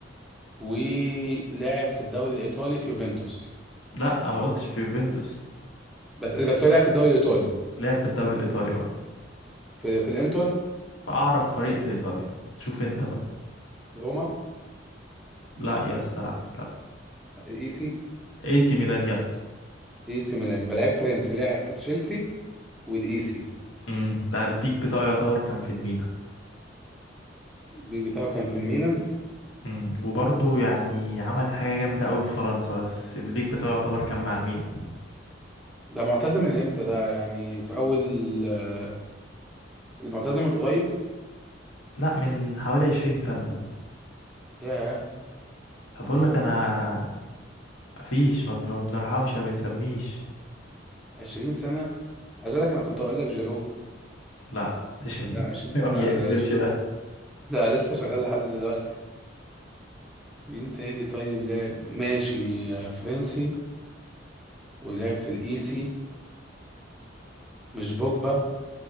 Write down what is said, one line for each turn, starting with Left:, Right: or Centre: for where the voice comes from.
Centre: ولعب في الدوري الايطالي في يوفنتوس
Left: لا ما قلتش في يوفنتوس
Centre: بس بس هو لعب في الدوري الايطالي
Left: لعب في الدوري الايطالي اه
Centre: في في الانتر
Left: فاعرق فريق في ايطاليا شوف انت بقى
Centre: روما
Left: لا يا اسطى لا لا
Centre: ايسي
Left: اي سي ميلان يا اسطى
Centre: ايسي ميلان يبقى لعيب فرنسي لعب في تشيلسي والايسي
Left: امم ده البيك بتاعه يعتبر كان في الميلان
Centre: بي- بتاعه كان في الميلان
Left: امم وبرضه يعني عمل حاجة جامدة أوي في فرنسا بس البيك بتاعه يعتبر كان مع الميلان
Centre: ده معتزل من امتى ده يعني في اول آه، معتزل من قريب
Left: لا من حوالي عشرين سنة
Centre: ياه
Left: طب أقول لك أنا مفيش ما ما بنرحمش ما بنسميش
Centre: 20 سنه عايز اقول لك انا كنت اقول لك جيرو
Left: لا <laughs> ده
Centre: بس
Left: شيء-
Centre: لا 20
Left: ما
Centre: سنه
Left: بيعتزلش
Centre: ده جيرو
Left: ده
Centre: ده لا لسه شغال لحد دلوقتي مين تاني طيب لعب ماشي آه، فرنسي ولعب في الايسي مش بوجبا